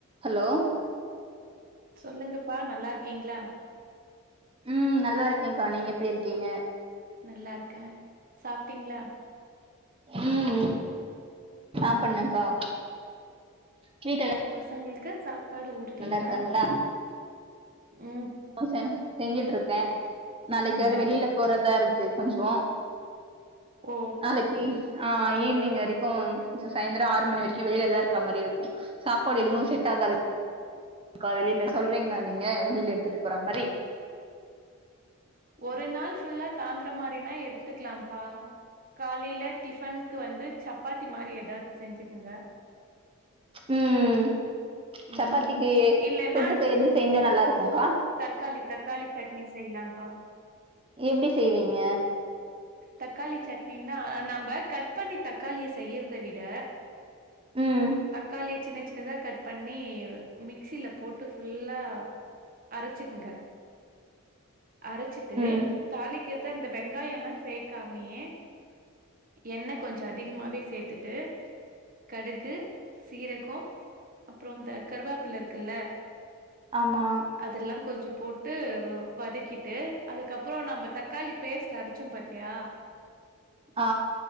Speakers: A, on the right; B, on the right.
A: ஹாலோ
B: சொல்லுங்கப்பா நல்லா இருக்கீங்களா
A: ம் நல்லா இருக்கேங்க்கா நீங்க எப்பிடி இருக்கீங்க
B: நல்லா இருக்கே சாப்ட்டீங்களா
A: ம் சாப்பன்னுக்கா ஸ்விட் எல்லார்
B: பசங்களுக்கு சாப்பாடு ஊட்டிட்டீங்களா
A: இருக்காங்களா
B: ம்
A: <unintelligible> செஞ்சுட்டு இருக்கேன் நாளைக்கு
B: ஆமாவா
A: வேற வெளியில போறதா இருக்கு கொஞ்சோ
B: ஓ
A: நாளைக்கி ஆஹ் ஈவ்னிங் வரைக்கு சாயந்திரம் ஆறு மணி வரைக்கு வெளியில தா இருக்குறா மாரி இருக்கு சாப்பாடு எதுவு வ்செட் ஆகாது க்கா வெளியில சொல்றீங்களா நீங்க வெளியில எடுத்துட்டு போறா மாதிரி
B: ஒரு நாள் ஃபுல்லா தாங்குற மாரின்னா எடுத்துக்கலாம்ப்பா காலேயில டிஃபனுக் வந்து சாப்பாதாதி மாரி எதாவுது செச்சுக்கோ
A: ம்
B: ம்
A: சப்பாத்திக்கு
B: இல்லன்னா
A: தொட்டுக்க எது செஞ்சா நல்லா இருக்கும்க்கா
B: தக்காளி தக்காளி சட்னி செய்யலாம்ப்பா
A: எப்டி செய்வீங்க
B: தக்காளி சட்னின்னா நம்ப கட் பண்ணி தக்காளிய செய்யிறத விட
A: ம்
B: தக்காளி சின்னச் சின்னதா கட் பண்ணி மிக்சியில போட்டு ஃபுல்லா அரச்சுக்குங்க அரச்சிட்டு
A: ம்
B: தாளிக்கிறது அந்த வெங்காயொன்னா சேர்க்காமேயே எண்ணெ கொஞ்சோ அதிகமாவே சேத்துட்டு கடுகு சீரகம் அப்புறோ இந்த கருவாப்பில இருக்குல்ல
A: ஆமா
B: அதெல்லா கொஞ்சோ போட்டு வதக்கிட்டு அதுக்கப்புறோ நம்ப தக்காளி பேஸ்ட் அரச்சோம் பாத் யா
A: ஆ